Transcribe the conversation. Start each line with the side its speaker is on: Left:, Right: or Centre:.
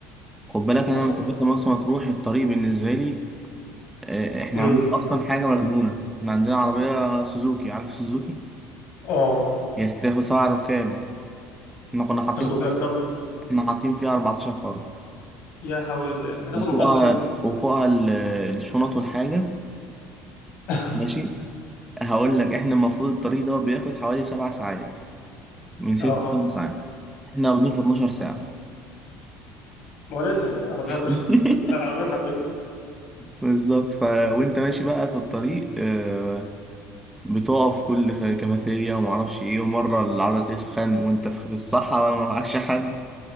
Centre: خد بالك أنا
Left: مرسى
Centre: لما
Left: مطروح
Centre: سافرت مرسى مطروح الطريق بالنسبة لي آه، إحنا
Left: امم
Centre: عاملين أصلا حاجة مجنونة إحنا عندنا عربية سوزوكي عارف سوزوكي؟
Left: اه
Centre: هي تاخد سبع ركاب احنا كنا حاطين
Left: بتاخده
Centre: فيها
Left: كده بتاخده
Centre: احنا حاطين فيها 14 فرد
Left: يا حول الله هتاخد
Centre: وفوقها
Left: مخالفه كده
Centre: وفوقها ال- الشنط والحاجة
Left: <laughs>
Centre: ماشي هقول لك احنا المفروض الطريق ده بياخد حوالي سبع ساعات من ست
Left: اه
Centre: لسبع ساعات احنا واخدين في 12 ساعة
Left: ما هو لازم يعني العربية
Centre: <laughs>
Left: هتروح <laughs> العربية محببة
Centre: بالظبط ف وانت ماشي بقى في الطريق آه، بتقف كل في كافيتيريا ومعرفش ايه ومرة العربية تسخن وانت في الصحراء ما معكش حد